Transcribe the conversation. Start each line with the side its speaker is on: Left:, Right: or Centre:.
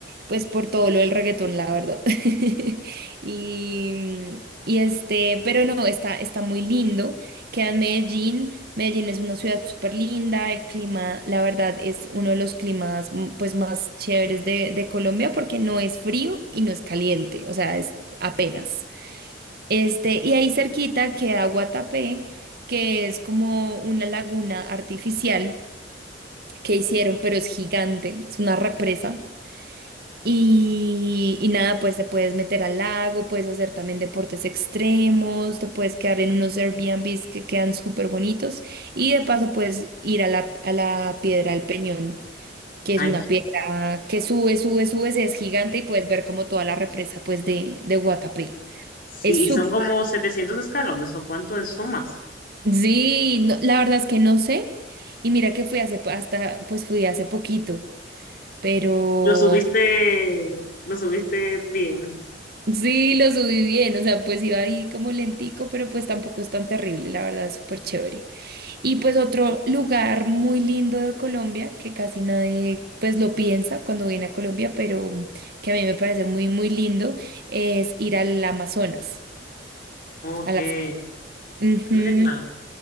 Right: pues por todo lo del reggaetón, la verdad. <laughs> Y, mm, y este, pero no, está, está muy lindo, queda en Medellín, Medellín es una ciudad súper linda, el clima, la verdad, es uno de los climas mm, pues más chéveres de, de Colombia porque no es frío y no es caliente, o sea, es apenas. Este, y ahí cerquita queda Guatapé, que es como una laguna artificial que hicieron, pero es gigante, es una represa. Y, y nada, pues te puedes meter al lago, puedes hacer también deportes extremos, te puedes quedar en unos Airbnbs que quedan súper bonitos. Y de paso puedes ir a la, a la Piedra del Peñón, que
Left: Ay,
Right: es una piedra que sube, sube, sube, es gigante y puedes ver como toda la represa pues de, de Guatapé.
Left: sí,
Right: Es
Left: y
Right: súper
Left: son como 700 escalones, ¿o cuánto es? son más?
Right: Sí, no- la verdad es que no sé. Y mira que fui hace po- hasta, pues fui hace poquito, pero
Left: Lo subiste, lo subiste bien,
Right: sí lo subí bien, o sea, pues iba ahí como lentico, pero pues tampoco es tan terrible, la verdad es súper chévere. Y pues otro lugar muy lindo de Colombia, que casi nadie pues lo piensa cuando viene a Colombia, pero que a mí me parece muy, muy lindo, es ir al Amazonas.
Left: ok,
Right: a las-
Left: es
Right: Ujú.
Left: verdad.